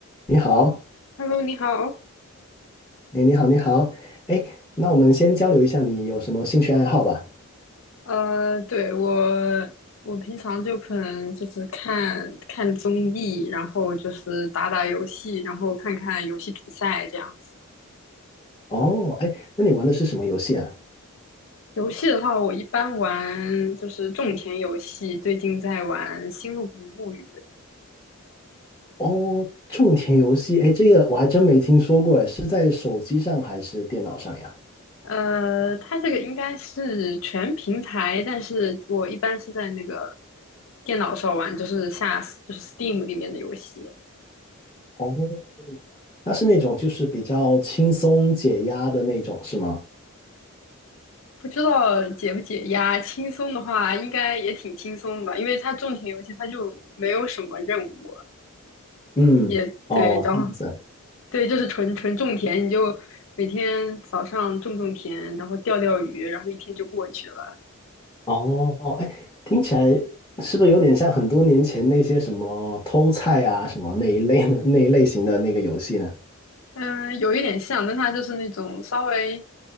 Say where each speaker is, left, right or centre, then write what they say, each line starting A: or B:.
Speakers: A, on the left; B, on the left.
A: 你好，
B: Hello，你好。
A: 哎，你好，你好，哎，那我们先交流一下你有什么兴趣爱好吧。
B: 呃，对，我，我平常就可能就是看看综艺，然后就是打打游戏，然后看看游戏比赛这样子。
A: 哦，哎，那你玩的是什么游戏啊？
B: 游戏的话，我一般玩就是种田游戏，最近在玩《星露谷物语》。
A: 哦，种田游戏，哎，这个我还真没听说过，哎，是在手机上还是电脑上呀？
B: 呃，它这个应该是全平台，但是我一般是在那个电脑上玩，就是下就是 Steam 里面的游戏。
A: 哦，它是那种就是比较轻松解压的那种，是吗？
B: 不知道解不解压，轻松的话应该也挺轻松的吧，因为它种田游戏它就没有什么任务，
A: 嗯，
B: 也对，
A: 哦，
B: 然后
A: 这样子，
B: 对，就是纯纯种田，你就每天早上种种田，然后钓钓鱼，然后一天就过去了。
A: 哦，哎，听起来是不是有点像很多年前那些什么偷菜啊什么那一类的那一类型的那个游戏呢？
B: 嗯，有一点像，但它就是那种稍微